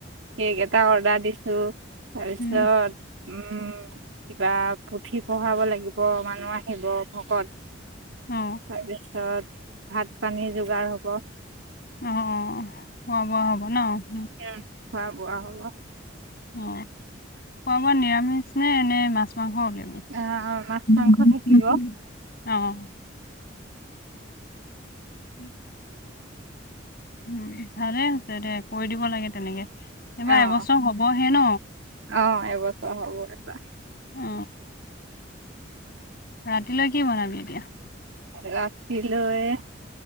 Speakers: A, on the right; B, on the left.
A: কেক এটা অৰ্ডাৰ দিছো। তাৰ পিছত
B: উম
A: উম, কিবা পুথি পঢ়াব লাগিব মানুহ আহিব ভকত তাৰ
B: অ
A: পিছত ভাত পানীৰ যোগাৰ হ'ব।
B: অ', খোৱা বোৱা হ'ব ন'।
A: উম। খোৱা বোৱা হ'ব।
B: অ', খোৱা বোৱা নিৰামিষ নে এনেই মাছ-মাংস নিৰামিষ
A: আহ মাছ মাংস থাকিব অ
B: অ'। <inaudible> উম, ভালে হৈছে দে কৈ দিব লাগে তেনেকে। এইবাৰ
A: অ',
B: এবছৰ হ'বহে ন
A: অ', এবছৰ হ'ব এবাৰ।
B: অ ৰাতিলৈ কি বনাবি এতিয়া?
A: ৰাতিলৈ